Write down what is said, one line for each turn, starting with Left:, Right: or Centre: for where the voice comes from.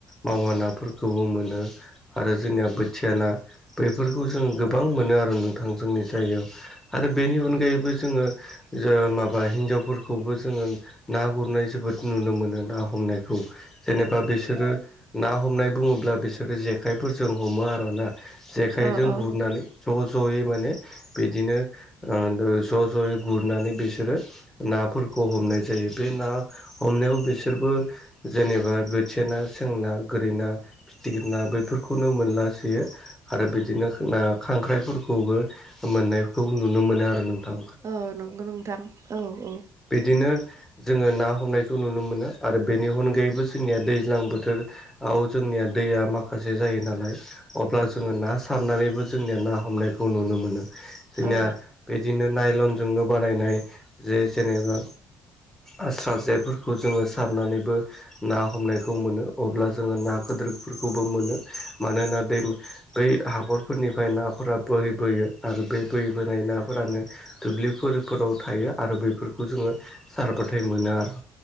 Centre: मावानाफोरखौबो मोनो। जोंनिया बोथिया ना बेफोरखौ जों गो गोबां मोनो आरो नोंथां जोंनि जायगायाव आरो बेनि अनगायैबो जोङो जो माबा हिनजावफोरखौबो जोङो ना गुरनाय जोबोद नुनो मोनो ना हमनायखौ जेनेबा बिसोरो ना हमनाय बुङोब्ला बिसोर जेखाइफोरजों हमो आरोना जेखाइजों
Right: औ औ
Centre: गुरनानै ज' ज'यै माने बिदिनो ओ ज' ज'यै गुरनानै बिसोरो नाफोरखौ हमनाय जायो बे ना हमनायाव बिसोरबो जेनेबा बोथिया ना सें ना गोरि ना फिथिख्रि ना बैफोरखौनो मोनलासोयो आरो बिदिनो ना खांख्राइफोरखौबो मोननायखौ नुनो मोनो आरो नोंथां।
Right: औ नंगौ नोंथां औ औ।
Centre: बिदिनो जोङो ना हमनायखौ नुनो मोनो आरो बेनि अनगायैबो जोंनिया दैज्लां बोथोर औ जोंनिया दैया माखासे जायो नालाय अब्ला जोङो ना सारनानैबो जोंनिया ना हमनायखौ नुनो मोनो जोंनिया
Right: औ
Centre: बिदिनो नायलनजोंनो बानायनाय जे जेनेबा आस्रा जेफोरखौ जोङो सारनानैबो ना हमनायखौ मोनो अब्ला जोङो ना गोदोरफोरखौबो मोनो मानोना दै बै हाखरफोरनिफ्राय नाफोरा बोहैबोयो आरो बे बोहैबोनाय नाफोरानो दुब्लिफोर फोराव थायो आरो बैफोरखौ जोङो सारबाथाय मोनो आरो।